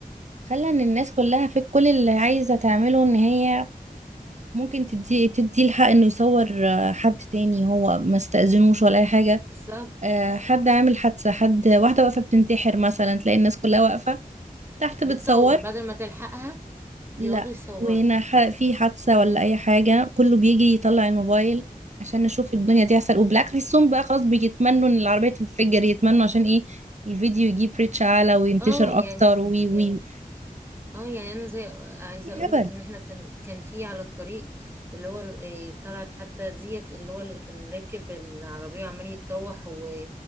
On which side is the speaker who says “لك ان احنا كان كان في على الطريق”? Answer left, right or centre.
Right